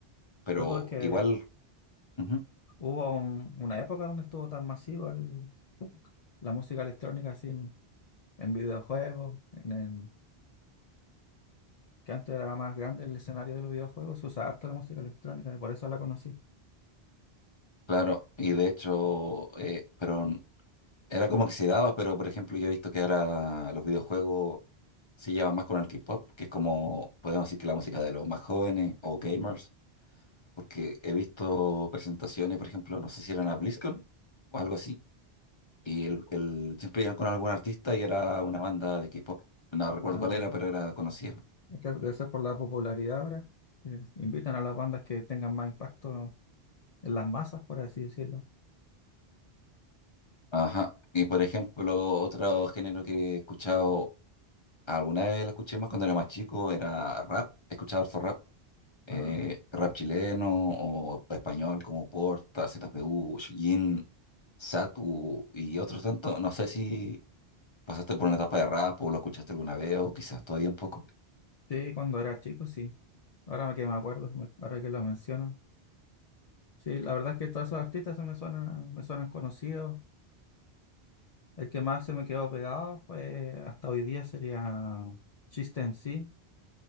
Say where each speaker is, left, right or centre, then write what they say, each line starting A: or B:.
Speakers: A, on the left (about 30°); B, on the left (about 45°).
A: pero
B: Sí, porque
A: igual, ujú,
B: hubo un- una época donde estuvo tan masivo el- la música electrónica así en, en videojuegos, en, que antes era más grande el escenario de los videojuegos, se usaba harto la música electrónica y por eso la conocí.
A: claro, y de hecho, eh, pero n- era como que se daba, pero por ejemplo, yo he visto que ahora los videojuegos se llevan más con el K-pop, que es como, podemos decir que la música de los más jóvenes o gamers, porque he visto presentaciones, por ejemplo, no sé si eran a BlizzCon o algo así, y el, el- siempre iban con algún artista y era una banda de K-pop, no recuerdo
B: Ay,
A: cuál era, pero era conocida.
B: es que debe ser por la popularidad ahora. que Invitan a las bandas que tengan más impacto en las masas, por así decirlo.
A: Ajá. Y por ejemplo, otro género que he escuchado Alguna vez la escuché más cuando era más chico, era rap, escuchaba harto rap, eh,
B: Ah,
A: rap chileno o español como Porta, ZPU, Chillín, Satu y otros tantos. No sé si pasaste por una etapa de rap o lo escuchaste alguna vez o quizás todavía un poco.
B: sí, cuando era chico, sí. Ahora que me acuerdo, me- ahora que lo menciono. Sí, la verdad es que todos esos artistas se me suenan, me suenan conocidos. El que más se me quedó pegado fue hasta hoy día sería System MC,